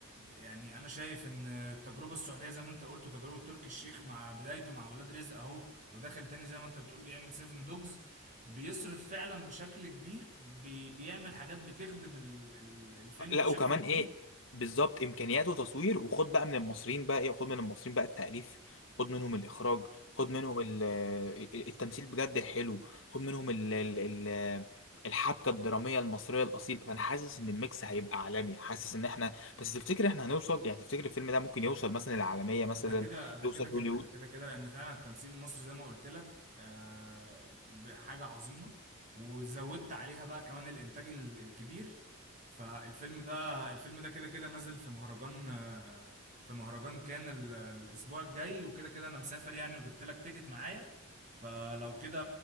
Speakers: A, on the right (about 35°); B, on the left (about 60°).
A: يعني أنا شايف إن التجربة السعودية زي ما أنت قلت تجربة تركي الشيخ مع بدايته مع ولاد رزق أهو وداخل تاني زي ما أنت بتقول بيعمل سيفن دوجز بيصرف فعلا بشكل كبير بي بيعمل حاجات بتخدم ال ال الفيلم
B: لا
A: بشكل
B: وكمان
A: كبير
B: ايه بالظبط امكانياته تصوير وخد بقى من المصريين بقى ايه خد من المصريين بقى التأليف خد منهم الاخراج خد منهم ال- آه، التمثيل بجد الحلو خد منهم ال ال ال الحبكة الدرامية المصرية الأصيل فأنا حاسس إن الميكس هيبقى عالمي حاسس إن إحنا بس تفتكر إحنا هنوصل يعني تفتكر الفيلم ده ممكن يوصل مثلا العالمية مثلا
A: ده كده ده
B: يوصل
A: كده كده
B: هوليوود
A: ده كده كده لأن فعلا التمثيل المصري زي ما قلت لك آه ب- حاجة عظيمة وزودت عليها بقى كمان الإنتاج ال- الكبير فالفيلم ده الفيلم ده كده كده نازل في مهرجان آه في مهرجان كان ال- الأسبوع الجاي وكده كده أنا مسافر يعني وجبت لك تيكت معايا فلو كده